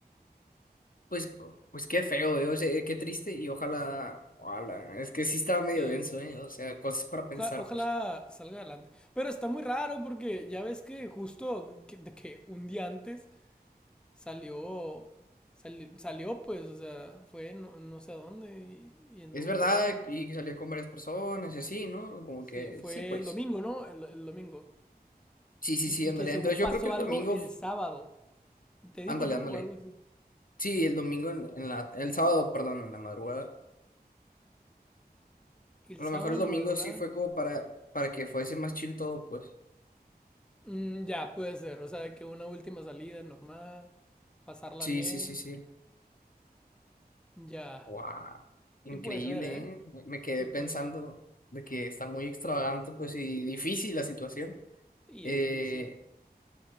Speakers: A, on the left; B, in the centre.
A: Pues, pues qué feo, eh, o sea, qué triste y ojalá, ojalá. Es que sí estaba medio
B: Sí,
A: denso, eh, o sea, cosas para pensar,
B: oja- ojalá
A: pues.
B: salga adelante. Pero está muy raro porque ya ves que justo que- de que un día antes salió, sali- salió pues, o sea, fue no, no sé a dónde y, y anduvo
A: Es verdad,
B: por ahí.
A: y que salió con varias personas y así, ¿no? Como
B: Sí,
A: que
B: fue
A: sí, pues.
B: el domingo, ¿no? El, el domingo.
A: Sí, sí,
B: Y,
A: sí,
B: y
A: ándale.
B: que según
A: Entonces yo
B: pasó
A: creo que el
B: algo
A: domingo,
B: el
A: f-
B: sábado. ¿Te dijo,
A: ándale,
B: no?
A: ándale.
B: O algo así.
A: Sí, el domingo en, en la, el sábado, perdón, en la madrugada.
B: El
A: A
B: sábado
A: lo mejor el
B: en
A: domingo
B: la madrugada.
A: sí fue como para, para que fuese más chill todo, pues.
B: Mm, ya, puede ser. O sea, que una última salida normal, pasarla
A: Sí,
B: bien.
A: sí, sí, sí.
B: Ya.
A: Wow. Increíble,
B: Sí puede ser, ¿eh?
A: ¿eh? Me, me quedé
B: Sí
A: pensando
B: puede ser.
A: de que está muy extravagante, pues, y difícil la situación.
B: Y
A: Eh,
B: es difícil.